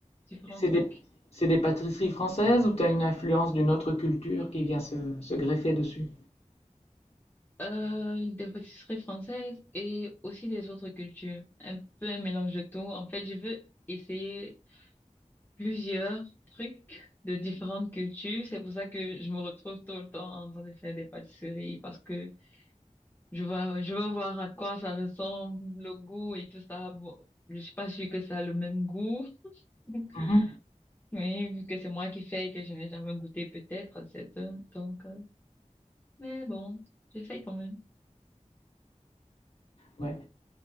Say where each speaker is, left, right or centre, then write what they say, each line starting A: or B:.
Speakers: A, on the left (about 15°); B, on the left (about 55°).
A: différents
B: C'est
A: trucs.
B: des, c'est des pâtisseries françaises ou tu as une influence d'une autre culture qui vient se, se greffer dessus?
A: Euh, des pâtisseries françaises et aussi des autres cultures. Un peu un mélange de tout. En fait, je veux essayer plusieurs trucs de différentes cultures. C'est pour ça que je me retrouve tout le temps en train de faire des pâtisseries parce que je vois, je veux voir à quoi ça ressemble, le goût et tout ça. Bon, je suis pas sûre que ça a le même goût. <laughs>
B: Mhm.
A: Mais vu que c'est moi qui fais et que je n'ai jamais goûté peut-être, c'est un, donc, euh, mais bon, j'essaye quand même.
B: Ouais.